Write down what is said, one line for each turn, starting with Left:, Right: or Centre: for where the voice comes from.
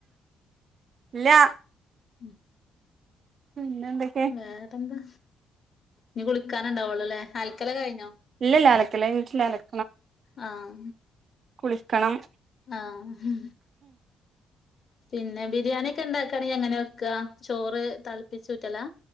Right: ഇല്ല
Left: ഉം
Right: പിന്നെ എന്തൊക്കെയ
Left: വേറെന്താ ഇനി കുളിക്കാന ഉണ്ടാവള്ളോ അല്ലേ ആൽക്കല കഴിഞ്ഞോ
Right: ഇല്ല അലക്കല് കഴിഞ്ഞിട്ടില്ല
Left: ആഹ
Right: കുളിക്കണം
Left: ആഹ പിന്നെ ബിരിയാണി ഒക്കെ ഇണ്ടാക്കയാണെങ്കിൽ അങ്ങനെ വെക്ക ചോറ് തളപ്പിച്ചുറ്റലാ